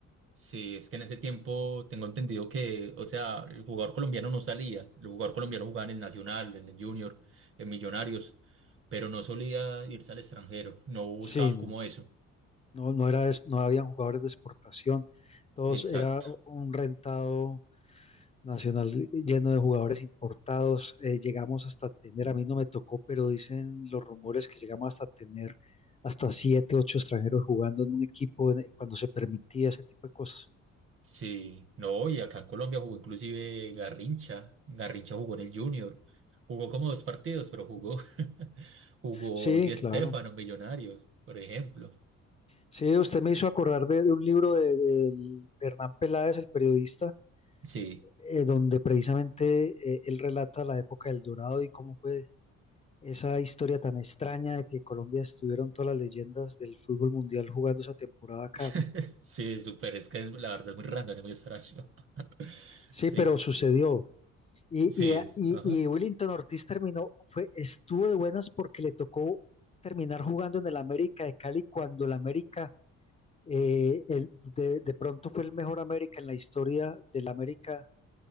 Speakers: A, on the right; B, on the left.
A: Sí, es que en ese tiempo tengo entendido que, o sea, el jugador colombiano no salía. El jugador colombiano jugaba en el Nacional, en el Junior, en Millonarios, pero no solía irse al extranjero. No buscaban
B: Sí,
A: como eso.
B: No, no era, es- no habían jugadores de exportación, todos
A: Exacto.
B: era un rentado nacional lleno de jugadores importados. eh, llegamos hasta tener, a mí no me tocó, pero dicen los rumores que llegamos hasta tener hasta siete, ocho extranjeros jugando en un equipo en- cuando se permitía ese tipo de cosas.
A: Sí, no, y acá en Colombia jugó inclusive Garrincha. Garrincha jugó en el Junior. Jugó como dos partidos, pero jugó. <laughs> Jugó
B: Sí,
A: Di
B: claro.
A: Stéfano en Millonarios, por ejemplo.
B: Sí, usted me hizo acordar de, de un libro de, del- de Hernán Peláez, el periodista,
A: Sí,
B: eh, donde precisamente eh, él relata la época del Dorado y cómo fue esa historia tan extraña de que Colombia estuvieron todas las leyendas del fútbol mundial jugando esa temporada acá,
A: <laughs>
B: ¿no?
A: sí, súper. Es que es, la verdad es muy random, es muy extraño. <laughs>
B: Sí,
A: Sí,
B: pero sucedió. Y,
A: sí,
B: y, eh,
A: es-
B: y,
A: ajá.
B: y Willington Ortiz terminó, fue, estuvo de buenas porque le tocó terminar jugando en el América de Cali cuando el América, eh, el- de, de pronto fue el mejor América en la historia del América